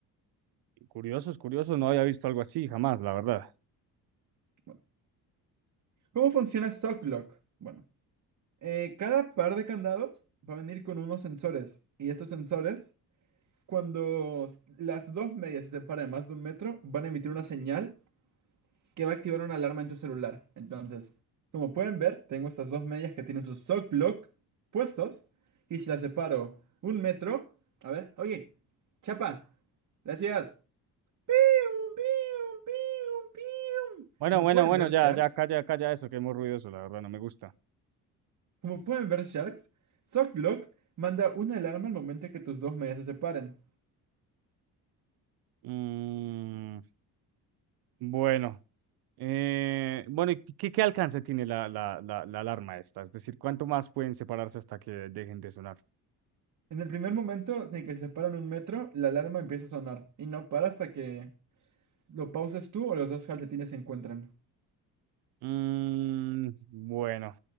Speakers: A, on the right; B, on the right.
A: Curiosos, curiosos, no había visto algo así jamás, la verdad.
B: Bueno, ¿cómo funciona Socklock? Bueno, eh, cada par de candados va a venir con unos sensores y estos sensores Cuando las dos medias se separan más de un metro, van a emitir una señal que va a activar una alarma en tu celular. Entonces, como pueden ver, tengo estas dos medias que tienen sus sock block puestos. Y si las separo un metro, a ver, oye, Chapa, gracias. Pium, pium, pium, pium.
A: Bueno,
B: Como
A: bueno,
B: pueden
A: bueno,
B: ver,
A: ya,
B: Sharks,
A: ya, calla, calla eso, que es muy ruidoso, la verdad, no me gusta.
B: como pueden ver, Sharks, sock block manda una alarma al momento en que tus dos medias se separen.
A: Mm, bueno, Eh, bueno, ¿y ¿qué, qué alcance tiene la, la, la, la alarma esta? Es decir, ¿cuánto más pueden separarse hasta que dejen de sonar?
B: En el primer momento en el que se paran un metro, la alarma empieza a sonar y no para hasta que lo pauses tú o los dos calcetines se encuentran.
A: Mm, bueno.